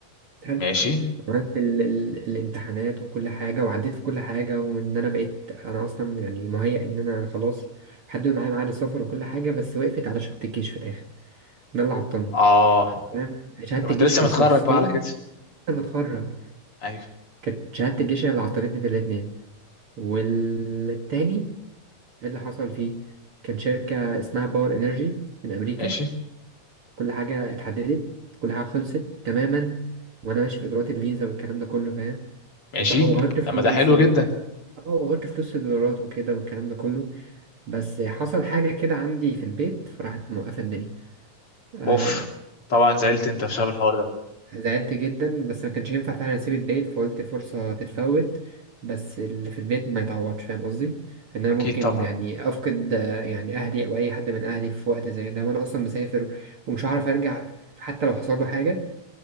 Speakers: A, on the right; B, on the left.
A: حلو
B: ماشي
A: عملت ال... ال... الامتحانات وكل حاجة وعديت في كل حاجة وان انا بقيت انا اصلا يعني مهيأ ان انا خلاص حددوا معايا ميعاد السفر وكل حاجة بس وقفت على شهادة الجيش في الاخر ده اللي عطلني
B: اه
A: تمام شهادة
B: طب انت
A: الجيش
B: لسه
A: في
B: متخرج
A: الفرصتين
B: بقى على كده
A: لسه متخرج
B: ايوه
A: كانت شهادة الجيش هي اللي عطلتني في الاتنين والتاني اللي حصل فيه كان شركة اسمها باور انرجي من امريكا
B: ماشي
A: كل حاجة اتحددت كل حاجة خلصت تماما وانا ماشي في اجراءات الفيزا والكلام ده كله فاهم
B: ماشي
A: وبقى وغيرت فلوس
B: طب ما ده حلو
A: و
B: جدا
A: اه وغيرت فلوس في الدولارات وكده والكلام ده كله بس حصل حاجة كده عندي في البيت فراحت موقفة الدنيا آه.
B: اوف طبعا زعلت انت بسبب الحوار ده
A: زعلت جدا بس ما كانش ينفع فعلا اسيب البيت فقلت فرصة تتفوت بس اللي في البيت ما يتعوضش فاهم قصدي ان انا
B: اكيد
A: ممكن
B: طبعا
A: يعني افقد آه، يعني اهلي او اي حد من اهلي في وقت زي ده وانا اصلا مسافر ومش هعرف ارجع حتى لو حصل له حاجة